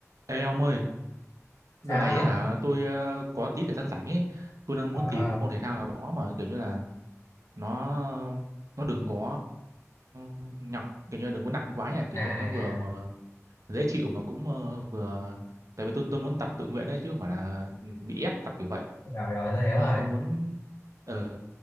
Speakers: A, on the right (about 75°); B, on the left (about 75°).
A: Ê ông ơi, giờ
B: sao
A: này
B: á
A: ấy
B: không
A: hả, tôi ờ, có tí thời gian rảnh ấy, tôi đang
B: ờ
A: muốn tìm một môn thể thao nào đó mà kiểu như là nó nó đừng có ờ, nhọc, kiểu như là đừng có nặng quá nha, kiểu
B: à
A: như
B: à
A: là nó vừa
B: à
A: mà dễ chịu mà cũng ờ, vừa tại vì tôi tôi muốn tập tự nguyện đấy chứ không phải là bị ép tập kiểu vậy.
B: rồi rồi tôi hiểu rồi
A: Nên là tôi muốn ờ